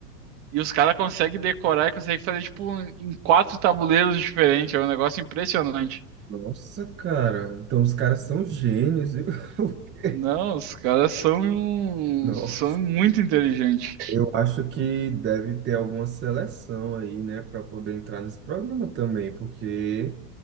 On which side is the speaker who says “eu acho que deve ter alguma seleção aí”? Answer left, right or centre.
Right